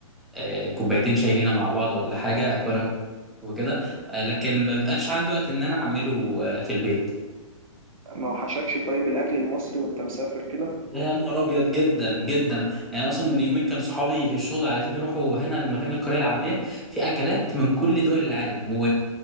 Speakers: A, in the centre; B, on the right.
A: آه، كوبايتين شاي لينا مع بعض ولا حاجه كرك وكده آه، لكن ما بيبقاش عندي وقت ان انا اعمله آه، في البيت
B: ما وحشكش طيب الاكل المصري وانت مسافر كده
A: يا نهار ابيض جدا جدا يعني اصلا من يومين كان صحابي في الشغل عايزين يروحوا هنا المكان القريه العالميه في اكلات من كل دول العالم و...